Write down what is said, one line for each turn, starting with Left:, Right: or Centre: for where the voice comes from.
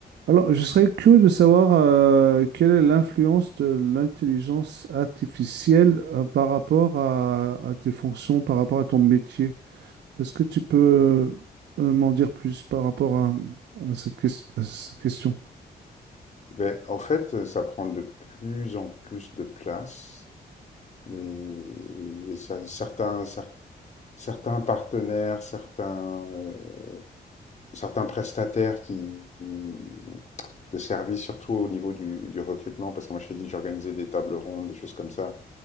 Right: Alors, je serais curieux de savoir euh, quelle est l'influence de l'intelligence artificielle euh, par rapport à, à tes fonctions, par rapport à ton métier. Est-ce que tu peux euh, m'en dire plus par rapport à, à cette, ques- à cette question?
Left: Beh, en fait, euh, ça prend de plus en plus de place. Et ça- certains, cer- certains partenaires, certains, euh, certains prestataires qui, de services, surtout au niveau du, du recrutement, parce que moi je t'ai dit que j'organisais des tables rondes, des choses comme ça,